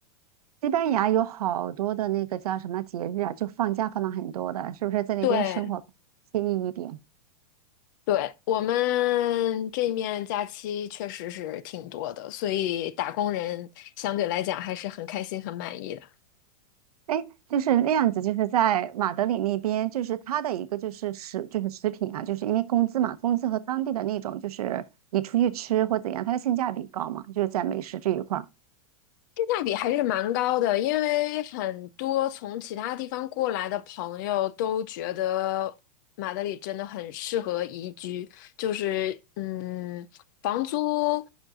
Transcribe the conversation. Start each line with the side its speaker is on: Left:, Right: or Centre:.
Right: 西班牙有好多的那个叫什么节日啊，就放假放了很多的，是不是在那边生活惬意一点？
Left: 对。对，我们这面假期确实是挺多的，所以打工人相对来讲还是很开心、很满意的。
Right: 哎，就是那样子，就是在马德里那边，就是它的一个就是食就是食品啊，就是因为工资嘛，工资和当地的那种就是你出去吃或怎样，它的性价比高嘛，就是在美食这一块儿
Left: 性价比还是蛮高的，因为很多从其他地方过来的朋友都觉得马德里真的很适合宜居，就是嗯，房租